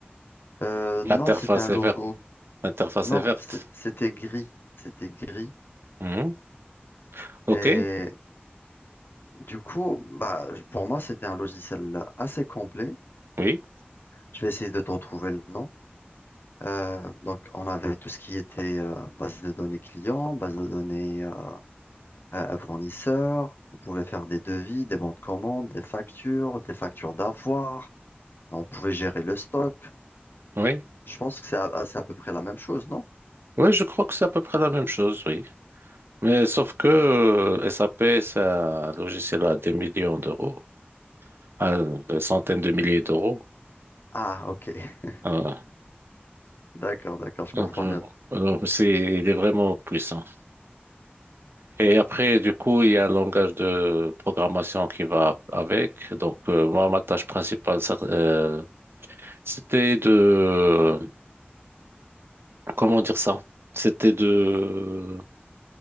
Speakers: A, on the left; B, on the right.
A: Euh, non,
B: L'interface
A: c'était un logo.
B: est verte. L'interface
A: Non,
B: est verte.
A: c'est- c'était gris. C'était gris.
B: Mm. Ok,
A: Et du coup, bah, pour moi, c'était un logiciel assez complet.
B: oui,
A: Je vais essayer de te retrouver le nom. Euh, donc, on avait tout ce qui était euh, base de données clients, base de données euh, euh, fournisseurs. On pouvait faire des devis, des bons de commande, des factures, des factures d'avoir. On pouvait gérer le stock.
B: oui.
A: Je pense que c'est à, ah, c'est à peu près la même chose, non?
B: Oui, je crois que c'est à peu près la même chose, oui. Mais sauf que euh, SAP, c'est un logiciel à des millions d'euros, à des centaines de milliers d'euros.
A: Ah, ok. <laughs>
B: Ah,
A: D'accord, d'accord, je
B: donc,
A: comprends
B: je-
A: mieux.
B: donc, c'est, il est vraiment puissant. Et après, du coup, il y a un langage de programmation qui va avec. Donc, euh, moi, ma tâche principale, ça, euh, c'était de, comment dire ça? C'était de,